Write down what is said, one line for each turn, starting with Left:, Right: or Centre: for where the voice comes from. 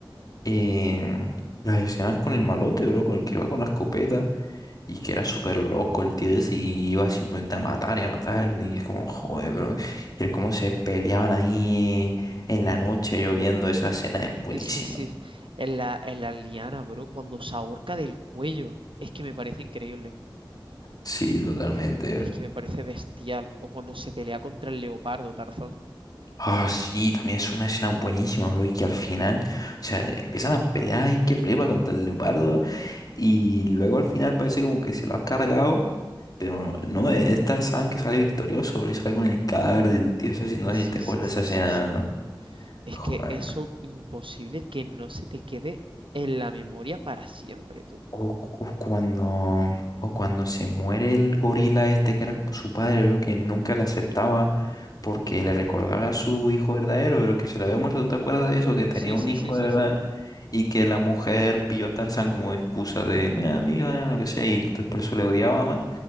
Left: em, las escenas con el malote, bro, con el que iba con la escopeta y que era súper loco el tío ese y iba simplemente a matar y a matar, y es como, joder, bro. Y el cómo se peleaban ahí en la noche lloviendo, esa escena es buenísima.
Right: Sí, sí, sí. En la, en la liana, bro, cuando se ahorca del cuello. Es que me parece increíble.
Left: Sí, totalmente.
Right: Es que me parece bestial. O cuando se pelea contra el leopardo, Tarzán.
Left: Ah, sí, también es una escena buenísima, bro, y que al final, o sea, empiezan a pelear y que flipa contra el leopardo, y luego al final parece como que se lo ha cargado, pero no, e-, es Tarzán que sale victorioso, bro, y sale con el cadáver del dios así, no
Right: Sí,
Left: sé si te acuerdas
Right: sí, sí,
Left: de esa escena,
Right: sí, sí.
Left: ¿no?
Right: Es
Left: Joder.
Right: que eso imposible que no se te quede en la memoria para siempre, tú.
Left: O, o cuando, o cuando se muere el gorila este que era con su padre, bro, que nunca le aceptaba porque le recordaba a su hijo verdadero, bro, que se le había muerto, ¿te acuerdas de eso? Que tenía
Right: Sí,
Left: un
Right: sí,
Left: hijo
Right: sí, sí,
Left: de verdad.
Right: sí.
Left: Y que la mujer pilló a Tarzán como excusa de, mira, amiga, lo que sea, y entonces por eso le odiaba más.